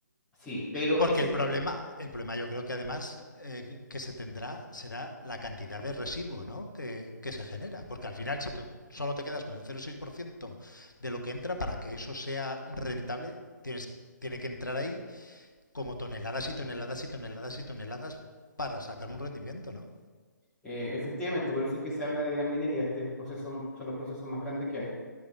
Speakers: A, in the centre; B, on the left.
A: Sí, pero
B: Porque
A: ese,
B: el problema, el problema yo creo que además eh, que se tendrá será la cantidad de residuo ¿no? que, que se genera. Porque al final, si tú solo te quedas con el 0,6% de lo que entra, para que eso sea rentable, tienes, tiene que entrar ahí como toneladas y toneladas y toneladas y toneladas para sacar un rendimiento, ¿no?
A: eh, efectivamente, por eso es que se habla de gran minería, este proceso son los procesos más grandes que hay.